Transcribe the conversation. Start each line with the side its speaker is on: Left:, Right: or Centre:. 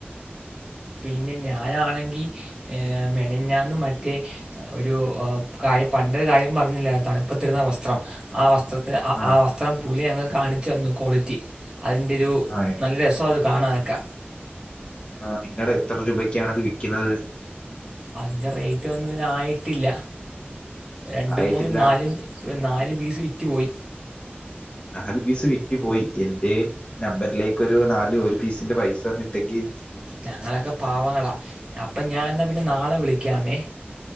Right: പിന്നെ ഞാനാണെങ്കി മെനഞ്ഞാന്ന് മറ്റേ ഒരു ആഹ് കാ പണ്ട കാര്യം പറഞ്ഞില്ലേ തണുപ്പത്തിടുന്ന വസ്ത്ര ആ വസ് ത്രം വസ്ത്രത്തിന്
Left: ആഹ്
Right: ആ വസ്ത്രം പുള്ളി ഞങ്ങൾ ക്ക് കാണിച്ചു തന്നു ക്വാളിറ്റി അതിൻന്റെരു ഒരു
Left: ആഹ്
Right: നല്ല രസം അത് കാണാനെക്കെ
Left: ആ നിങ്ങള് എത്ര രൂപക്കാണ്ത് വിക്കുന്നത്
Right: അതിന്റെ റേറ്റ് ഒന്നും ഇത് ആയിട്ടില്ല രണ്ട്
Left: ആയിട്ടില്ല
Right: മൂന്ന് നല് ഒരു നാല് പീസ് വിറ്റു പോയി
Left: നാലു പീസ് വിറ്റ് പോയി എന്റെ നമ്പറിലേക്ക് ഒരു നാല് ഒരു പീസിന്റെ പൈസഒന്ന് ഇട്ടേക്ക്
Right: ഞങ്ങളൊക്കെ പാവങ്ങളാ അപ്പൊ ഞാൻ എന്നാ പിന്നെ നാളെ വിളിക്കാമേ